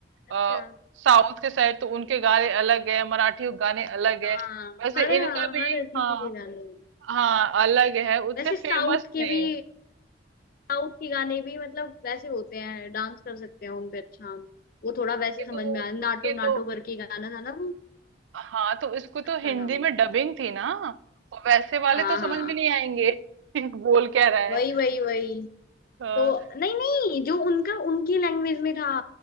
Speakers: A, on the left (about 50°); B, on the right (about 80°).
A: अच्छा
B: आ, साउथ के साइड तो उनके गाने अलग है मराठी गाने अलग है
A: हाँ
B: वैसे
A: हर
B: इनका भी
A: हर किसी
B: हाँ
A: के गाने
B: हाँ अलग है उतने
A: वैसे साउथ
B: फेमस
A: के
B: नहीं
A: भी
B: है
A: साउथ के गाने भी मतलब वैसे होते हैं डांस कर सकते हैं उन पे अच्छा हम वो थोड़ा वैसे
B: उनके
A: समझ
B: तो
A: में आया नाटो
B: उनके
A: नाटो
B: तो
A: करके गाना था ना वो
B: हाँ तो इसको
A: अच्छा
B: तो हिंदी
A: था वो
B: में डबिंग थी ना और वैसे वाले
A: हाँ
B: तो समझ
A: हाँ
B: में नहीं आएंगे <laughs> कि बोल क्या रहा है
A: वही वही वही
B: हाँ,
A: तो नहीं नहीं जो उनका उनकी लैंग्वेज में था